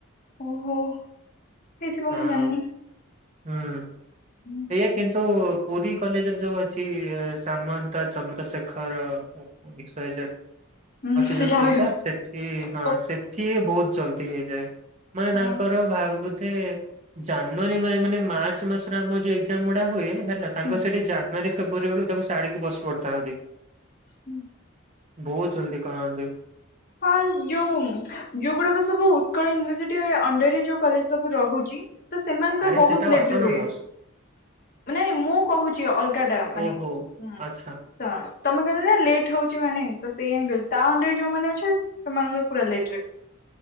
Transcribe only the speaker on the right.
ହଁ
ହୁଁ
ଇଏ କିନ୍ତୁ ପୁରୀ କଲେଜରେ ଯୋଉ ଅଛି Samanta Chandrasekhar X Y Z
ଅଛି
ଯୋଉ
ସେଇଟା
ସେ ସେ ହଁ
ସେଠି ବହୁତ ଜଲ୍ଦି ହେଇଯାଏ ମାନେ
ତାଙ୍କର ଭା ହେ ଜାନୁଆରୀ ମା ମାନେ ମାର୍ଚ୍ଚ ମାସରେ ଆମର ଯଉ ଏକ୍ଜାମ ଗୁଡା ହୁଏ ହେଲା ତାଙ୍କର
ସେଠି ଜାନୁଆରୀ ଫେବୃୟାରୀ ବେଳୁ ତାକୁ ସାଡିକି ବସି ପଡିଥାନ୍ତି।
ବହୁତ୍ ଜଲ୍ଦି କରନ୍ତି।
ଆରେ
ସେଟା ଅଟୋନମସ୍
ଓହୋ
ଆଚ୍ଛା।